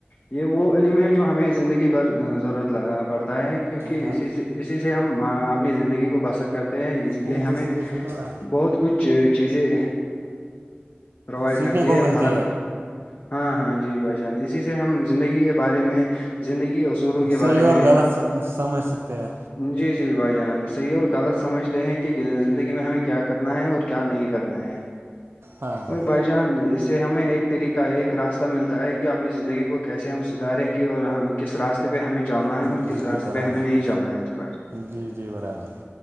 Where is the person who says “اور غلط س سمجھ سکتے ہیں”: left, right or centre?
Right